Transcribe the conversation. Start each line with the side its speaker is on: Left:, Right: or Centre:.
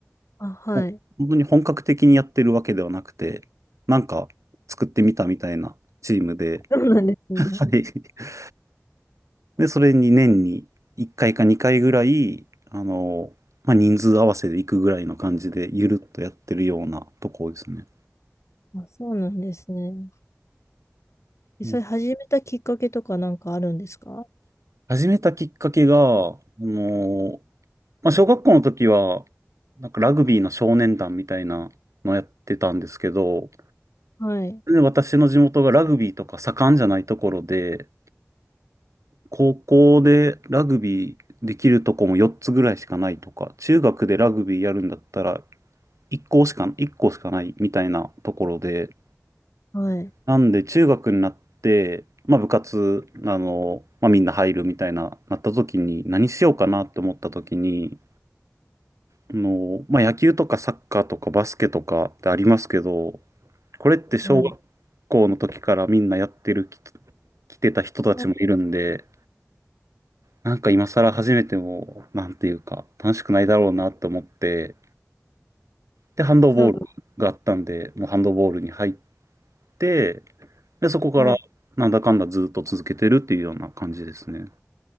Left: あ、はい。
Right: もう本当に本格的にやってるわけではなくて、なんか作ってみたみたいなチームで、
Left: そうなんですね。
Right: はい。<laughs> で、それに年に1回か2回ぐらい、あの、まあ人数合わせで行くぐらいの感じで、ゆるっとやってるようなとこですね。
Left: あ、そうなんですね。えそれ始めたきっかけとかなんかあるんですか
Right: うん始めたきっかけが、あのまあ、小学校の時は、なんかラグビーの少年団みたいなのやってたんですけど、
Left: はい。
Right: で、私の地元がラグビーとか盛んじゃないところで、高校でラグビーできるとこも4つぐらいしかないとか、中学でラグビーやるんだったら1校しか、1校しかないみたいなところで、
Left: はい。
Right: なんで中学になって、まあ部活、あの、まあみんな入るみたいな、なった時に何しようかなって思った時に、あの、まあ、野球とかサッカーとかバスケとかってありますけど、これって小学校の時からみんなやってる、
Left: はい。
Right: き来てた人たちもいるんで、
Left: あ、
Right: なんか今更始めても、なんていうか、楽しくないだろうなと思って、で、ハンドボールがあったんで、
Left: そう
Right: もうハンドボールに入って、で、そこからなんだかんだずっと続けてるっていうような感じですね。
Left: な、はい。